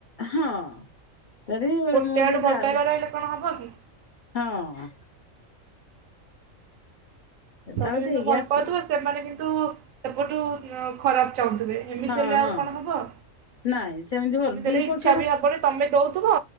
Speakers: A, on the left; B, on the right.
A: ହଁ ତାରି
B: ଗୋଟେ
A: ମୁଁ ଯ
B: ଆଡୁ
A: ଯାହାହେଲେ
B: ଭଲ ପାଇବା ରହିଲେ କଣ ହବ କି?
A: ହଁ,
B: ତମେ
A: ତାକୁ
B: କିନ୍ତୁ
A: ଦେଇକି
B: ଭଲ
A: ଆସି
B: ପାଉଥିବ ସେମାନେ କିନ୍ତୁ ସେପଠୁ ଖରାପ ଚାହୁଁଥିବେ। ଏମିତି
A: ହଁ
B: ହେଲେ ଆଉ
A: ହଁ
B: କଣ ହବ?
A: ନାଇଁ ସେମିତି ଭଲ
B: ସେମିତି
A: ଦି
B: ହେଲେ ଇଛା
A: ପକ୍ଷରୁ
B: ବି ହବନି, ତମେ ଦଉଥିବ